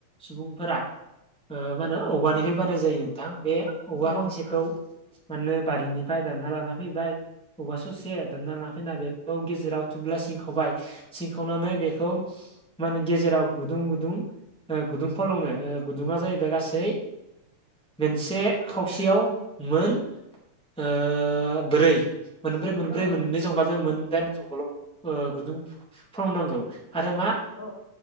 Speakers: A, in the centre; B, on the left.
A: सुबुंफोरा ओ मा होनो औवानिफ्राय
B: औ
A: बानाय जायो नोंथां बे औवा
B: औ
A: फांसेखौ माने बारिनिफ्राय दानना लाना फैबाय औवा ससे दानना लांना फैना बेखौ गेजेराव थुब्ला सिंखावबाय। सिंखावनानै बेखौ माने गेजेराव गुदुं गुदुं गुदुं फलंङो गुदुङा जाहैबाय गासै मोनसे खावसेयाव मोन ओ ब्रै मोनब्रै मोनब्रै
B: औ
A: मोननै जंगाजों मोन दाइन जंगाल' गुदुं फलंनांगौ आरो मा
B: औ